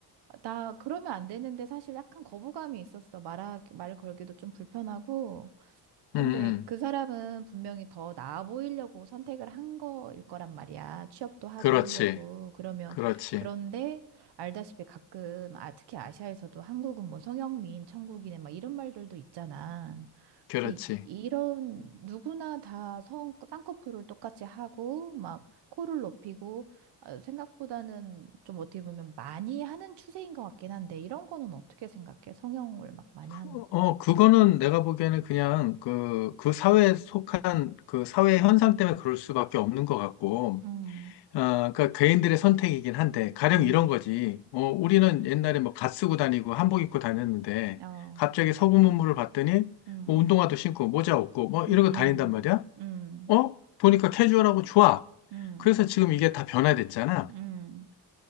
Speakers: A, on the right; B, on the left.
A: 나 그러면 안 되는데, 사실 약간 거부감이 있었어. 말하, 말을 걸기도 좀 불편하고, 근데
B: 응, 응.
A: 그 사람은 분명히 더 나아 보이려고 선택을 한 거일 거란 말이야. 취업도 하고
B: 그렇지.
A: 하려고. 그러면,
B: 그렇지.
A: 그런데 알다시피 가끔, 아, 특히 아시아에서도 한국은 뭐 성형미인 천국이네, 막 이런 말들도 있잖아.
B: 그렇지.
A: 근데 이- 이런 누구나 다 성, 쌍꺼풀을 똑같이 하고, 막 코를 높이고, 아, 생각보다는 좀 어떻게 보면 많이 하는 추세인 것 같긴 한데, 이런 거는 어떻게 생각해? 성형을 막 많이
B: 그-
A: 하는 거.
B: 어, 그거는 내가 보기에는 그냥 그, 그 사회에 속한 그 사회 현상 때문에 그럴 수밖에 없는 것 같고,
A: 음,
B: 어, 그러니까 개인들의 선택이긴 한데, 가령
A: 음,
B: 이런 거지. 어, 우리는 옛날에 뭐 갓 쓰고 다니고 한복 입고 다녔는데,
A: 어.
B: 갑자기 서구 문물을 봤더니,
A: 음,
B: 뭐 운동화도 신고 모자 없고, 뭐 이런
A: 음,
B: 거 다닌단 말이야?
A: 음,
B: 어? 보니까 캐주얼하고 좋아.
A: 음,
B: 그래서
A: 음,
B: 지금 이게 다 변화됐잖아.
A: 음,